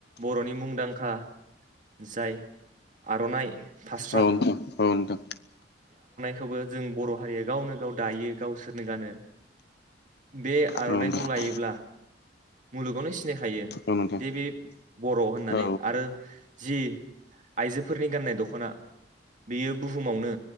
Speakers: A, on the right; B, on the left.
A: बर'नि मुंदांखा जाय आर'नाइ फास्रा
B: औ नोंथां औ नोंथां
A: खौबो जों बर' हारिया गावनो गाव दायो गावसोरनो गानो बे आर'नाइखौ
B: औ नोंथां
A: लायोब्ला मुलुगावनो सिनायखायो
B: औ नोंथां
A: दि बे बर' होननानै
B: औ
A: आरो जि आइजोफोरनि गाननाय दख'ना बेयो बुहुमावनो